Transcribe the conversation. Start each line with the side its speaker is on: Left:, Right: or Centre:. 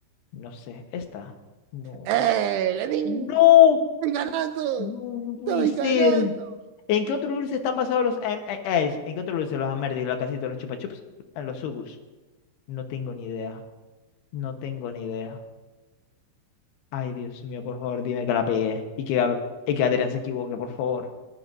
Left: No sé. Esta. No.
Right: ¡Eh! ¡Le di!
Left: ¡No!
Right: ¡Estoy ganando!
Left: No, no
Right: ¡Estoy
Left: puede ser.
Right: ganando!
Left: ¿En qué otro dulce están basados los M M&As? ¿En qué otro dulce? Los Amerdis, la casita, los Chupa Chups, eh, los Sugus. No tengo ni idea. No tengo ni idea. Ay, Dios mío, por favor, dime que la pegué. Y que, Gab- y que Adrián se equivoque, por favor.